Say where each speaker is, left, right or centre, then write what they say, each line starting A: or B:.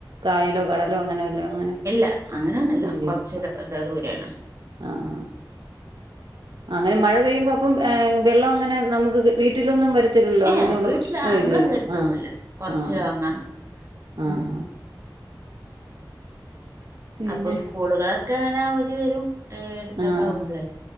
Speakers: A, on the right; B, on the right.
A: കായലോ കടലോ അങ്ങനെ വല്ലോ അങ്ങനെ
B: ഇല്ല അങ്ങനൊന്നുല്ല
A: ഇല്ലല്ല
B: കൊറച്ച് ല അതാ ദൂരെണ്
A: ആഹ് ആഹ് അങ്ങനെ മഴപെയ്യുമ്പോ അപ്പം വെള്ളങ്ങനെ നമുക്ക് വീട്ടിലൊന്നും വര ത്തില്ലല്ലോ
B: ഏഹ്
A: അങ്ങനെയുള്ള
B: വീട്ടില
A: പ്രശ്നോ
B: നമ്മള
A: ഇല്ലല്ലോ
B: ഇവിടെ അടുത്തൊന്നുല്ല
A: ആഹ്
B: കൊറച്ച്
A: ആഹ്
B: ലോങ്ങാണ്
A: ആഹ്
B: ഉം
A: പിന്നെ
B: അപ്പൊ സ്കൂളുകളൊക്കെ അങ്ങനെ അവധി തരും അത് എട്ത്തൊക്കെ
A: ആഹ്
B: ആവുമ്പളെ
A: ആഹ്